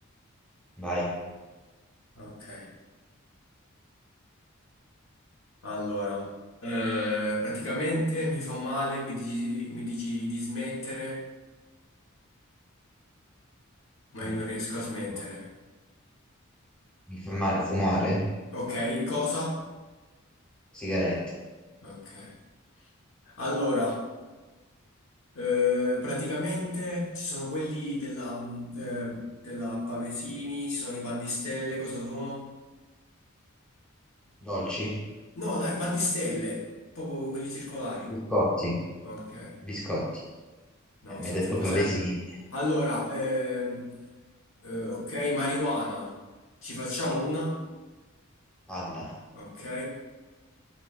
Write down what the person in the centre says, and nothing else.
Vai.
Mm,
no. Mi fa male fumare?
Sigarette.
Dolci?
Biscotti.
Biscotti.
Eh,
mi hai detto
pavesini.
Panna.